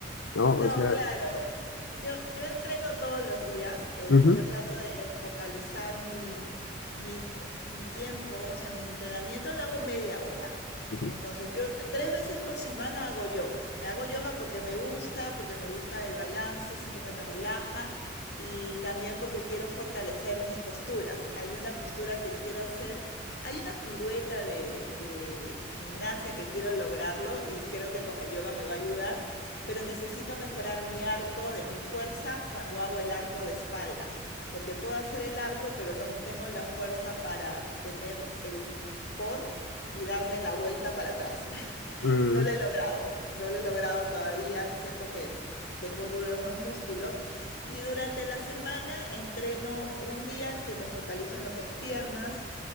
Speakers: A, on the left; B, on the left.
A: ¿no?
B: No,
A: O sea,
B: claro. Yo, yo entreno todos los días. eh,
A: ujú,
B: yo trato de focalizar mi, mi, mi tiempo. O sea, mi entrenamiento lo hago media hora.
A: ujú,
B: Entonces, yo tres veces por semana hago yoga. Me hago yoga porque me gusta, porque me gusta el balance, siento que me relaja y también porque quiero fortalecer mis posturas. Hay una postura que quiero hacer, hay una pirueta de, de gimnasia que quiero lograrlo y creo que con el yoga me va a ayudar pero necesito mejorar mi arco, de, mi fuerza cuando hago el arco de espalda, porque puedo hacer el arco, pero no tengo la fuerza para tener el core y darme la vuelta para atrás. <laughs>
A: mm,
B: no lo he logrado, no lo he logrado todavía, siento que tengo duros los músculos y durante la semana entreno un día que me focalizo en lo que es piernas,